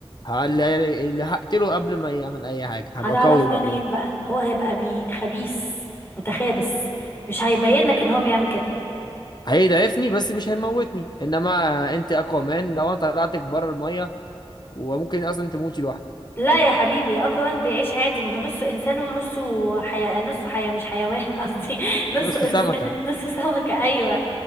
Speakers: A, on the left; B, on the left.
A: ه- اللي اللي هقتله قبل ما يعمل أي حاجة هبقى
B: هتعرف
A: قوي بقى
B: منين بقى هو هيبقى بي خبيث متخابس مش هيبين لك ان هو بيعمل كده
A: هيضعفني بس مش هيموتني انما انت اكوامان لو انا طلعتك بره الميه وممكن اصلا تموتي لوحدك
B: لا يا حبيبي اكوان بيعيش عادي ما هو نصه انسان ونصه حياة نصه حياة مش حيوان <laughs> قصدي نصه
A: نص
B: انسان
A: سمكه
B: نصه سمكة ايوه